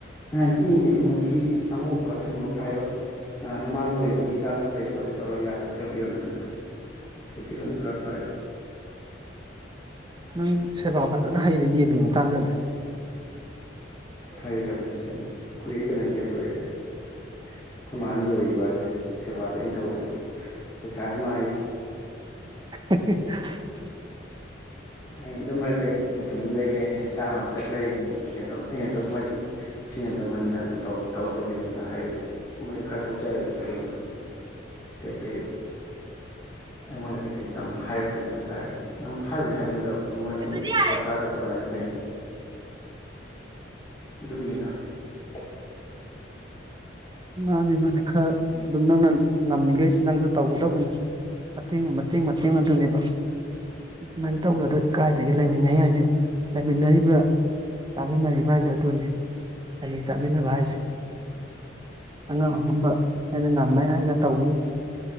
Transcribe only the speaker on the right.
ꯅꯪ ꯁꯦꯕꯥ ꯐꯖꯅ ꯍꯩꯔ ꯌꯦꯟꯒꯤ ꯃꯇꯥꯡꯗꯅꯦ
ꯀ <inaudible>
ꯑꯗꯨꯗꯤ
ꯌꯥꯔꯦ
ꯃꯥꯅꯤ ꯃꯥꯅꯤ ꯈꯔ ꯑꯗꯨꯝ ꯅꯪꯅ ꯉꯝꯃꯤꯈꯩ ꯅꯪꯁꯨ ꯇꯧꯒꯗꯧꯕꯅꯤ ꯃꯇꯦꯡ ꯃꯇꯦꯡ ꯃꯇꯦꯡ ꯑꯗꯨꯅꯦꯕ ꯑꯗꯨꯃꯥꯏꯅ ꯇꯧꯅꯗ꯭ꯔꯗꯤ ꯀꯥꯏꯗꯒꯤ ꯂꯩꯃꯤꯟꯅꯩ ꯍꯥꯏꯁꯦ ꯂꯩꯃꯤꯟꯅꯔꯤꯕ ꯆꯥꯃꯤꯟꯅꯔꯤꯕ ꯍꯥꯏꯁꯦ ꯑꯗꯨꯅꯤ ꯂꯩꯃꯤꯟ ꯆꯥꯃꯤꯟꯅꯕ ꯍꯥꯏꯁꯦ ꯑꯉꯝ ꯑꯉꯝꯕ ꯑꯩꯅ ꯉꯝꯃꯦ ꯑꯩꯅ ꯇꯧꯅꯤ